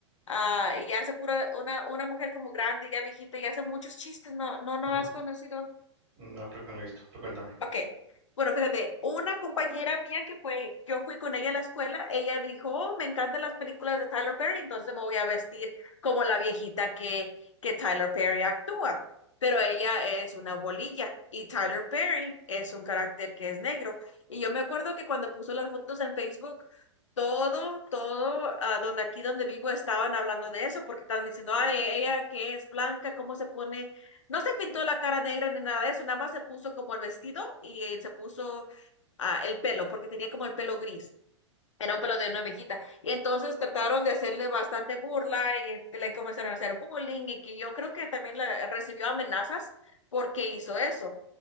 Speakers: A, on the left (about 80°); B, on the right (about 35°).
A: Ah, y hace pura una, una mujer como grande, ya viejita, y hace muchos chistes, no, no, no
B: Ujú.
A: has conocido.
B: No, creo que no lo he visto, pero cuéntame.
A: Ok. Bueno, fíjate, una compañera mía que fue, yo fui con ella a la escuela, ella dijo, oh, me encantan las películas de Tyler Perry, entonces me voy a vestir como la viejita que, que Tyler Perry actúa. Pero ella es una bolilla y Tyler Perry es un carácter que es negro. Y yo me acuerdo que cuando puso las fotos en Facebook, todo, todo, ah, donde aquí donde vivo estaban hablando de eso, porque estaban diciendo, ay, ella que es blanca, ¿cómo se pone? No se pintó la cara negra ni nada de eso, nada más se puso como el vestido y eh, se puso ah, el pelo, porque tenía como el pelo gris, era un pelo de una ovejita. Y entonces trataron de hacerle bastante burla y eh, le comenzaron a hacer bullying y que yo creo que también la- recibió amenazas porque hizo eso.